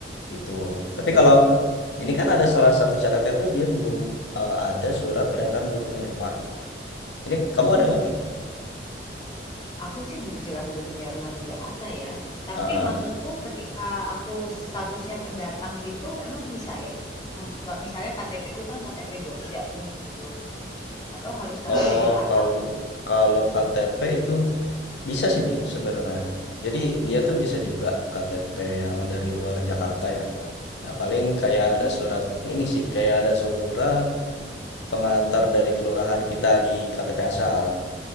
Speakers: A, on the left; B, on the left.
A: gitu.
B: mhm,
A: Tapi kalau ini kan ada salah satu syaratnya tuh dia belum eh, ada surat pernyataan belum punya rumah. Ini kamu
B: mhm.
A: ada nggak, Mi?
B: Aku sih bu- jelas belum punya rumah di Jakarta ya. Tapi
A: Ah, ah.
B: maksudku ketika aku statusnya pendatang gitu, emang bisa ya? Mm, nggak- Misalnya KTP ku kan KTP Jogja nih gitu. Atau harus KTP
A: Oh,
B: <coughs> Jakarta?
A: kalau kalau KTP itu bisa sih, Mi, sebenarnya. Jadi dia tuh bisa juga KTP yang dari luar Jakarta ya. Nah, paling kayak
B: Mm-mm.
A: ada surat ini sih, kayak ada surat pengantar dari kelurahan kita di KTP asal.